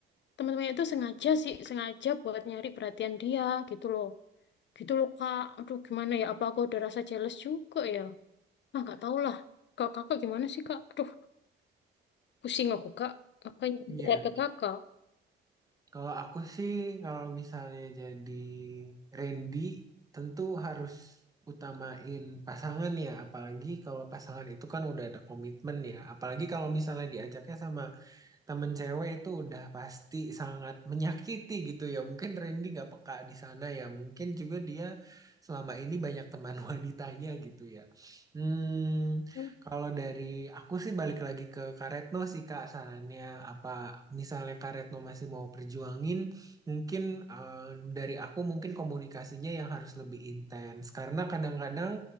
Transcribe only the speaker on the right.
Iya,
kalau aku sih kalau misalnya jadi Randy tentu harus utamain pasangan ya, apalagi kalau pasangan itu kan udah ada komitmen ya, apalagi kalau misalnya diajaknya sama temen cewek itu udah pasti sangat menyakiti gitu ya. Mungkin Randy nggak peka di sana ya. Mungkin juga dia selama ini banyak teman <laughs> wanitanya gitu ya. Hmm,
kalau dari aku sih balik lagi ke Kak Retno sih Kak sarannya apa misalnya Kak Retno masih mau perjuangin mungkin eh, dari aku mungkin komunikasinya yang harus lebih intens karena kadang-kadang